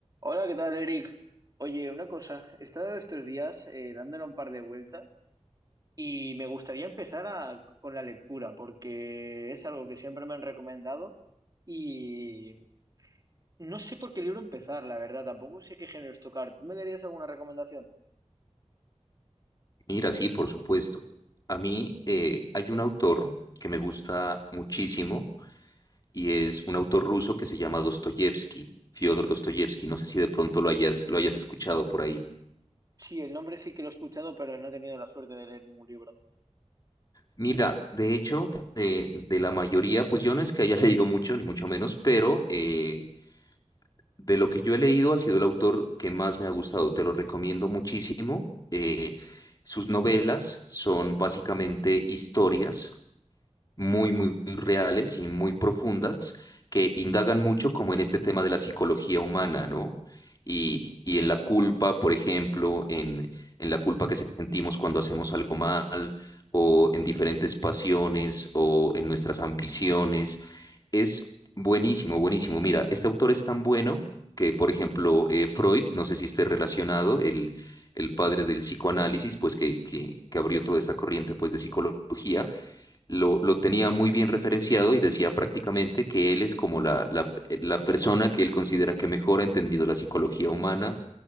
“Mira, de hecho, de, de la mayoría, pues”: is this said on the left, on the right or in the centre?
Left